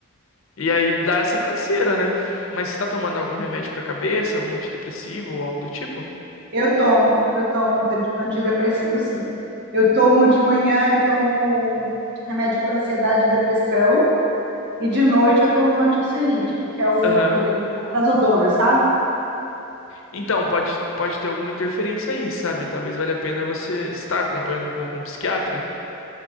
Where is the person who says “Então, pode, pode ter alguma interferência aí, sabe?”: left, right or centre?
Left